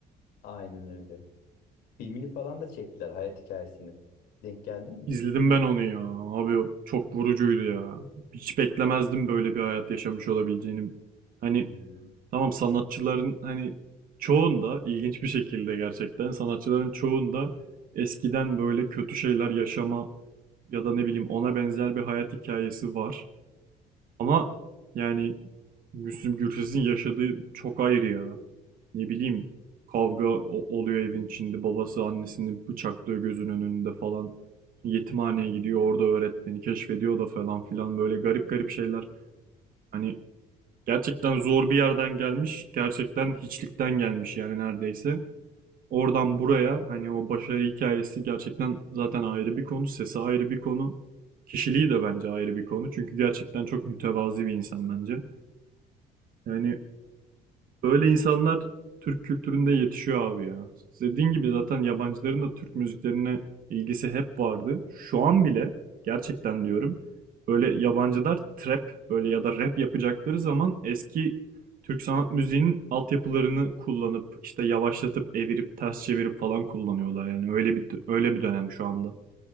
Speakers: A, on the left; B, on the right.
A: aynen öyle. Filmini falan da çektiler hayat hikayesini. Denk geldin mi?
B: İzledim ben onu ya. Abi o çok vurucuydu ya. Hiç beklemezdim böyle bir hayat yaşamış olabileceğini. Hani
A: Hmm.
B: tamam sanatçıların hani çoğunda ilginç bir şekilde gerçekten sanatçıların çoğunda eskiden böyle kötü şeyler yaşama ya da ne bileyim ona benzer bir hayat hikayesi var. Ama yani Müslüm Gürses'in yaşadığı çok ayrı ya. Ne bileyim kavga o- oluyor evin içinde. Babası annesini bıçaklıyor gözünün önünde falan. Yetimhaneye gidiyor orada öğretmeni keşfediyor da falan filan böyle garip garip şeyler. Hani Gerçekten zor bir yerden gelmiş. Gerçekten hiçlikten gelmiş yani neredeyse. Oradan buraya hani o başarı hikayesi gerçekten zaten ayrı bir konu. Sesi ayrı bir konu. Kişiliği de bence ayrı bir konu. Çünkü gerçekten çok mütevazi bir insan bence. Yani Böyle insanlar Türk kültüründe yetişiyor abi ya. Dediğin gibi zaten yabancıların da Türk müziklerine ilgisi hep vardı. Şu an bile gerçekten diyorum böyle yabancılar trap böyle ya da rap yapacakları zaman eski Türk sanat müziğinin altyapılarını kullanıp işte yavaşlatıp evirip ters çevirip falan kullanıyorlar yani öyle bir öyle bir dönem şu anda.